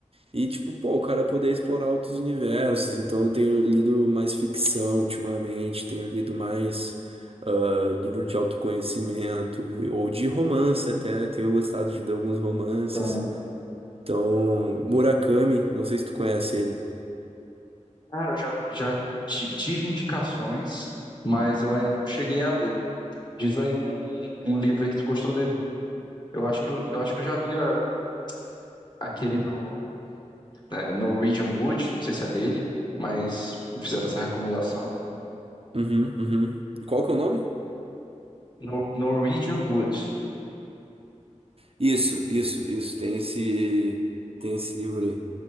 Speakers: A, on the right; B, on the left.
A: E tipo, pô, o cara poder explorar outros universos. Então eu tenho lido mais ficção ultimamente, tenho lido mais ah, livro de autoconhecimento ou de romance até. Tenho gostado de ler alguns romances.
B: Ana
A: Então, Murakami, não sei se tu conhece ele.
B: Cara, eu já, já ti- tive indicações, mas eu ainda não cheguei a ler. Diz aí um, um livro aí que tu gostou dele. Eu acho que eu, eu acho que eu já vi a- aquele do é, Norwegian Wood, não sei se é dele, mas me fizeram essa recomendação.
A: Uhum, uhum. Qual que é o nome?
B: No- Norwegian Wood.
A: Isso, isso, isso. Tem esse, tem esse livro aí.